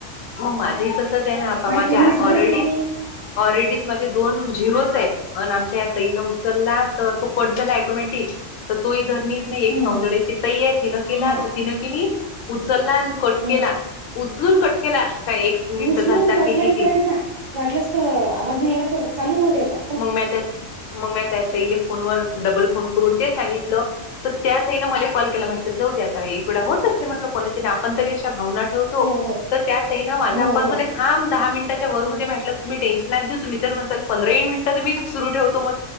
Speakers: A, on the left (about 85°); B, on the right (about 60°).
A: मग माझी तसंच आहे ना आप
B: माय
A: माझे
B: पूर्ण झालेच
A: ऑरेडी
B: नाही गे
A: ऑरेडी माझे दोन झिरोच आहेत अ आमच्या या तईन उचलला तर तो कट झाला टोमॅटिक तर तोर नाही एक
B: हम्म
A: सौंदड्याची
B: हम्म
A: तई आहे तिनं केला
B: नाही
A: तर तिनं केली उचलला आणि कट
B: हम्म
A: केला उचलून कटकला काय एक मिनिट
B: उचलून
A: झालता
B: कटलाईन
A: की किती
B: करायचा वाटलंस तर आवाज नाही यायला तर चालू नव्हत्याचा
A: मग म त्यात मग म त्याच्या इले फोनवर डबल फोन करून तेच सांगितलं त्यातही ना मला कॉल केला म्हटलं जाऊ दे आता एकवेळा होत असते म्हटलं कोणा आपण तरी अशा भावना तो तू
B: हो हो
A: त्या ताईन माझा
B: हो
A: कॉल
B: हो
A: हां दहा मिनिटच्यारमध्ये म्हट तम् टेन्श नाही घऊ तुम् तर म्हणसाल पंधराही मिनिटं मी सुरू ठवो म